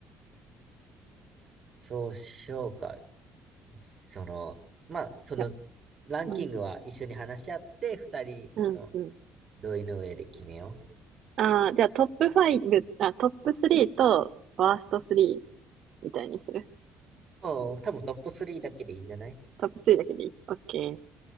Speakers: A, on the right; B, on the right.
A: そうしようか。その、まあ、その、
B: いや、
A: ランキングは一緒に話し合って、
B: うん、
A: 二人の
B: うん、うん。
A: 同意の上で決めよ
B: ああ、じゃあトップファイブあ、トップ3とワースト3みたいにする。
A: う。うん多分トップ3だけでいいんじゃない
B: トップ3だけでいい。オッケー。